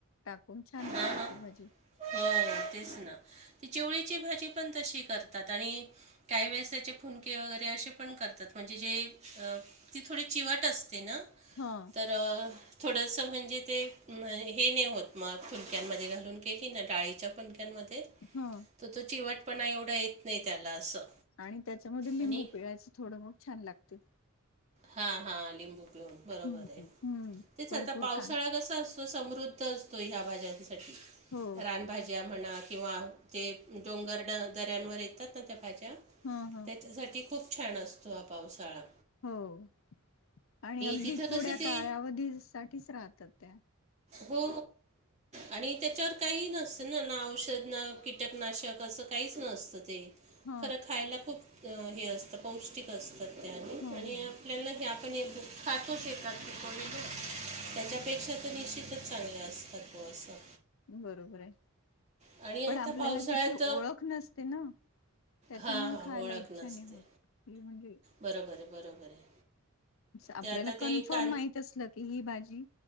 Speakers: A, on the left (about 70°); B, on the right (about 30°).
A: टाकून छान लागते
B: हां हां
A: ती भाजी
B: हो तेच ना त चिवळीची भाजी पण तशी करतात आणि काही वेळेस त्याचे फुनके वगैरे असे पण करतात म्हणजे जे ती थोडी चिवट असते ना
A: हा
B: तर थोडंसं म्हणजे ते हे नाही होत मग फुलक्यांमध्ये घालून केली ना डाळीच्या बनक्यांमध्ये
A: हा
B: तर तो चिवटपणा एवढा येत नाही त्याला असं
A: आणि त्याच्यामध्ये लिंबू
B: आणि
A: पिळायचं थोडं मग छान लागते
B: हा हा लिंबू पिळून बरोबर
A: हम्म.
B: आहे
A: हम्म
B: तेच
A: भरपूर
B: आता पावसाळा
A: कान
B: कसा असतो तो समृद्ध असतो ह्या भाज्यांसाठी
A: हो
B: रानभज्या भाज्या म्हणा किंवा ते डोंगर दऱ्यांवर येतात ना त्या भाज्या
A: ह ह
B: त्याच्यासाठी खूप छान असतो हा पावसाळा
A: हो आणि अगदी
B: तिथं
A: थोड्या
B: कसं ते
A: काळवधी साठीच राहतात त्या
B: हो आणि त्याच्यावर काही नसतं ना ना औषध ना कीटकनाशक असं काहीच नसतं ते
A: ह
B: खरं खायला खूप हे असतं पौष्टिक असतात त्या
A: हो
B: आणि
A: हो.
B: आणि आपल्याला हे आपण हे बुक खातोच येतात तेथडेल त्याच्यापेक्षा तर निश्चितच चांगले असतात बो असं
A: बरोबर आहे
B: आणि आता
A: पण आपल्याला
B: पावसाळ्यात
A: त्याची ओळख नसते ना त्याच्यामुळे
B: हां हां
A: खायला
B: ओळख
A: इच्छा
B: नसते
A: नाही होत त म्हणजे
B: बरोबर आहे बरोबर आहे
A: आपल्याला
B: ते आता
A: कन्फर्म
B: ते कां
A: माहित असलं की ही भाजी